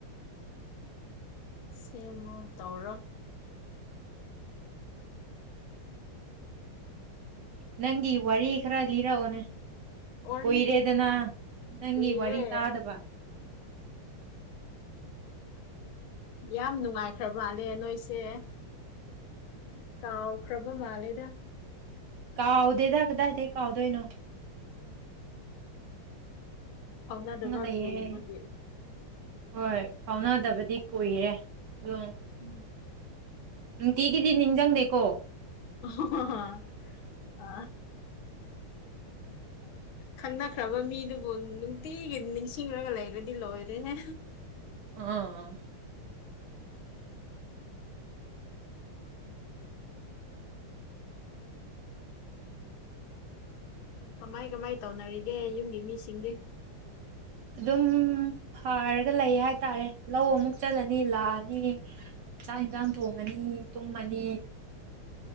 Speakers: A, on the left (about 75°); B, on the right (about 65°).
A: ꯁꯦꯝꯃ ꯇꯧꯔ
B: ꯅꯪꯒꯤ ꯋꯥꯔꯤ ꯈꯔ ꯂꯤꯔꯛꯑꯣꯅꯦ
A: ꯑꯣꯔꯤ
B: ꯀꯨꯏꯔꯦꯗꯅ ꯅꯪꯒꯤ
A: ꯎꯏꯔꯦ
B: ꯋꯥꯔꯤ ꯇꯥꯗꯕ
A: ꯎꯝ ꯌꯥꯝ ꯅꯨꯡꯉꯥꯏꯈ꯭ꯔꯕ ꯃꯥꯜꯂꯦ ꯅꯣꯏꯁꯦ ꯀꯥꯎꯈ꯭ꯔꯕ ꯃꯥꯂꯦꯗ
B: ꯀꯥꯎꯗ ꯇ ꯀꯗ ꯍꯥꯏꯗ ꯀꯥꯎꯥꯎꯗ ꯏꯅꯣ
A: ꯍꯥꯎꯅꯥꯗꯕꯥꯛ
B: ꯂꯩꯌꯦ
A: ꯀꯕꯦ
B: ꯍꯣꯏ ꯐꯥꯎꯅꯗꯕꯗꯤ ꯀꯨꯏꯔꯦ ꯑꯗꯨꯝ
A: ꯎꯝ
B: ꯎ ꯊꯤ ꯀꯗꯤ ꯅꯤꯡꯖꯪꯗꯦꯀꯣ
A: ꯑꯣ ꯑ ꯈꯪꯅꯈ꯭ꯔꯕ ꯃꯤꯗꯨꯕꯨ ꯅꯨꯡꯇꯤꯒꯤ ꯅꯤꯡꯁꯤꯡꯂꯒ ꯂꯩꯔꯗꯤ ꯂꯣꯏꯔꯦꯍꯦ
B: ꯑꯥ
A: ꯀꯃꯥꯏ ꯀꯃꯥꯏ ꯇꯧꯅꯔꯤꯒꯦ ꯌꯨꯝꯒꯤ ꯃꯤꯁꯤꯡꯗꯤ
B: ꯑꯗꯨꯝ ꯐꯔꯒ ꯂꯩ ꯍꯥꯏꯇꯥꯔꯦ ꯂꯧ ꯑꯃꯨꯛ ꯆꯠꯂꯅꯤ ꯂꯥꯛꯑꯅꯤ ꯆꯥꯛ ꯌꯦꯟꯁꯥꯡ ꯊꯣꯡꯉꯅꯤ ꯇꯨꯝꯃꯅꯤ